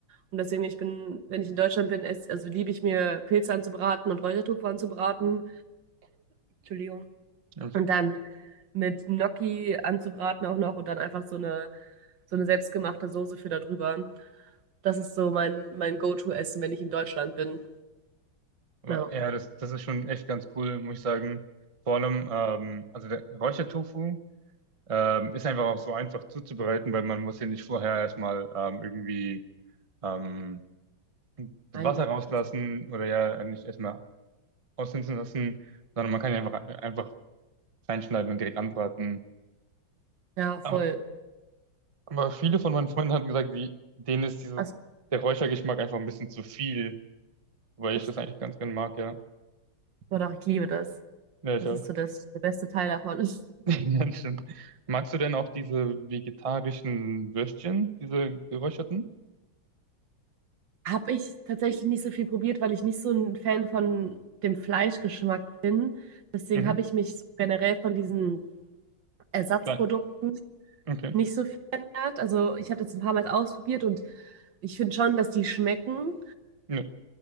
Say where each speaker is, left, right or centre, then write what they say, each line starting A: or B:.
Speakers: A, on the right; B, on the right.
A: Und deswegen, ich bin, wenn ich in Deutschland bin, ess, also liebe ich mir Pilze anzubraten und Räuchertofu anzubraten. Entschuldigung.
B: Alles
A: Und
B: gut.
A: dann mit Gnocchi anzubraten auch noch und dann einfach so eine, so eine selbstgemachte Soße für da drüber. Das ist so mein, mein Go-To-Essen, wenn ich in Deutschland bin.
B: Aber
A: Ja,
B: ja, das, das ist schon echt ganz cool, muss ich sagen. Vor allem, ähm, also der Räuchertofu ähm, ist einfach auch so einfach zuzubereiten, weil man muss hier nicht vorher erstmal ähm, irgendwie ähm, das
A: einlebe
B: Wasser rauslassen
A: das.
B: oder ja nicht erstmal aushunzen lassen, sondern man kann ihn einfach, einfach kleinschneiden und direkt anbraten.
A: Ja, voll.
B: Aber Aber viele von meinen Freunden hatten gesagt, die, denen ist dieses,
A: Also,
B: der Räuchergeschmack einfach ein bisschen zu viel, weil
A: echt?
B: ich das eigentlich ganz gern mag, ja.
A: Doch, doch, ich liebe das.
B: Ja, ich
A: Das
B: auch.
A: ist so das, der beste Teil davon. <laughs>
B: <laughs> Ja, das stimmt. Magst du denn auch diese vegetarischen Würstchen, diese geräucherten?
A: Ich, Habe ich tatsächlich nicht so viel probiert, weil ich nicht so ein Fan von dem Fleischgeschmack bin. Deswegen
B: Mhm.
A: habe ich mich generell von diesen Ersatzprodukten
B: Klar. Okay.
A: nicht so viel ändert. Also ich habe das ein paar Mal ausprobiert und ich finde schon, dass die schmecken.
B: Nö.